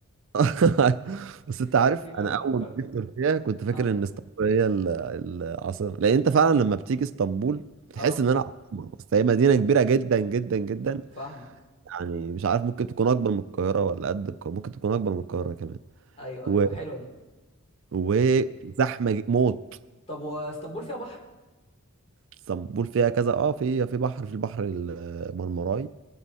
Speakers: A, on the right (about 60°); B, on the left (about 25°).
A: <laughs> بس انت عارف
B: كان في ما
A: انا
B: يبقى
A: اول
B: انقرة
A: ما جيت تركيا كنت فاكر
B: اه
A: ان اسطنبول هي ال- العاصمه لان انت فعلا لما بتيجي اسطنبول بتحس
B: اه
A: ان انا عاصمه بس هي مدينه كبيره جدا جدا جدا
B: فاهمك
A: يعني مش عارف ممكن تكون اكبر من القاهره ولا قد القاهره ممكن تكون اكبر من القاهره كمان
B: ايوه
A: و...
B: ايوه حلوة دي
A: وزحمه ج- موت
B: طب واسطنبول فيها بحر
A: اسطنبول فيها كذا اه في في بحر في البحر المرمراي